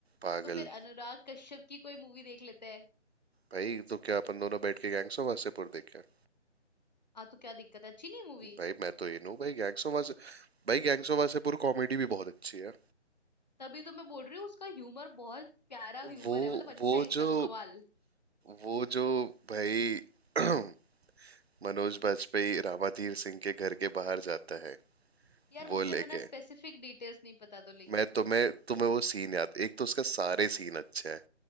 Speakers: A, on the right (about 60°); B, on the left (about 35°).
A: पागल
B: तो फिर अनुराग कश्यप की कोई मूवी देख लेते हैं
A: भाई तो क्या अपन दोनों बैठ के गैंग्स ऑफ वासेपुर देखे हैं?
B: हाँ तो क्या दिक्कत है अच्छी नहीं मूवी
A: भाई मैं तो ये हूँ भाई गैंग्स ऑफ वासे भाई गैंग्स ऑफ वासेपुर कॉमेडी भी बहुत अच्छी है
B: तभी तो मैं बोल रही हूँ उसका ह्यूमर बहुत प्यारा ह्यूमर
A: वो
B: है मतलब अच्छा
A: वो
B: एकदम
A: जो
B: कमाल
A: वो जो भाई <clears throat> मनोज बाजपेयी रामाधीर सिंह के घर के बाहर जाता है
B: यार
A: वो
B: मुझे
A: लेके
B: बिना स्पेसिफिक डिटेल्स नहीं पता तो लेकिन
A: मैं तुम्हें तुम्हें वो सीन याद एक तो उसका सारे सीन अच्छे हैं